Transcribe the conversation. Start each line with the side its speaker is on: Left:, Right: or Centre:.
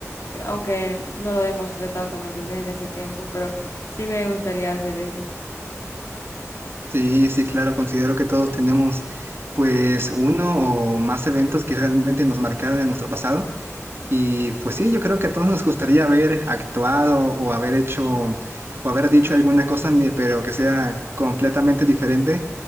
Left: aunque no lo demostré tanto, ¿me entendés? En ese tiempo, pero sí me gustaría hacer eso.
Right: Sí, sí, claro, considero que todos tenemos pues uno o más eventos que realmente nos marcaron en nuestro pasado Y pues sí, yo creo que a todos nos gustaría haber actuado o haber hecho o haber dicho alguna cosa, mi- pero que sea completamente diferente